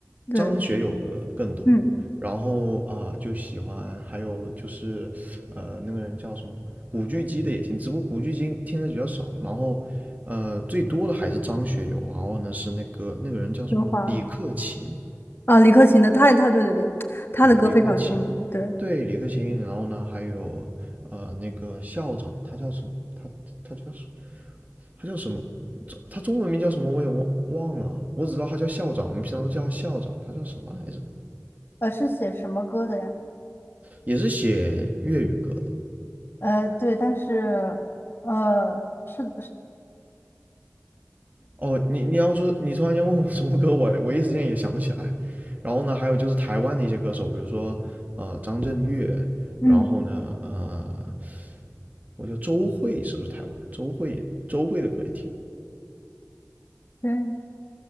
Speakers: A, on the left (about 45°); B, on the right (about 30°).
A: 对，
B: 张学友的更多，
A: 嗯。
B: 然后啊就喜欢，还有就是呃那个人叫什么古巨基的也听，只不过古巨基听的比较少，然后呃最多的还是张学友，然后呢是那个那个人叫什么李克勤，
A: 德华啊，李克勤的，他他对对对，他的歌非常出名，
B: 对李克勤，
A: 对，
B: 对李克勤，然后呢还有呃那个校长，他叫什么？他他叫什他叫什么？这他中文名叫什么？我也忘忘了啊，我只知道他叫校长，我们平常都叫他校长，他叫什么来着？
A: 呃，是写什么歌的呀？
B: 也是写粤语歌的。
A: 呃，对，但是，呃，是的
B: 哦，你你要说你突然间问我什么歌，我我一时间也想不起来。然后呢，还有就是台湾的一些歌手，比如说呃张震岳，
A: 嗯，
B: 然后呢呃，我叫周蕙，是不是台湾的周蕙周蕙的歌也听。
A: 对，